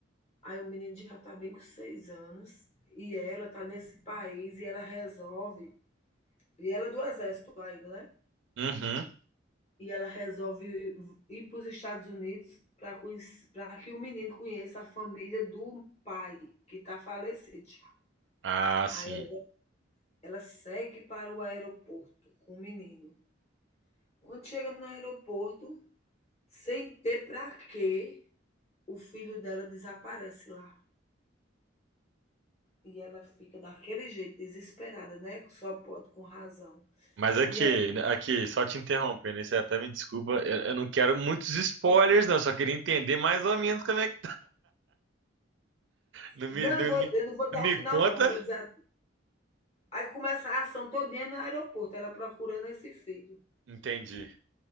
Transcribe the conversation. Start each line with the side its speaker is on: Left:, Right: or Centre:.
Left: aí o menino já está bem com seis anos, e ela está nesse país, e ela resolve E ela é do exército ainda, né?
Right: Uhum.
Left: E ela resolve ir para os Estados Unidos para que o menino conheça a família do pai, que está falecido já.
Right: Ah,
Left: Aí
Right: sim.
Left: ela, ela segue para o aeroporto com o menino. Quando chega no aeroporto, sem ter para quê, o filho dela desaparece lá. E ela fica daquele jeito, desesperada, né? Só pode, com razão.
Right: Mas aqui,
Left: E ela.
Right: aqui, só te interrompendo, né? Você até me desculpa, eu, eu não quero muitos spoilers, não. Eu só queria entender mais ou menos como é que. Não me,
Left: Não,
Right: não,
Left: eu, vou,
Right: me
Left: eu não vou dar
Right: não me
Left: o final,
Right: conta?
Left: não. Eu vou dizer Aí começa a ação todinha no aeroporto, ela procurando esse filho.
Right: Entendi.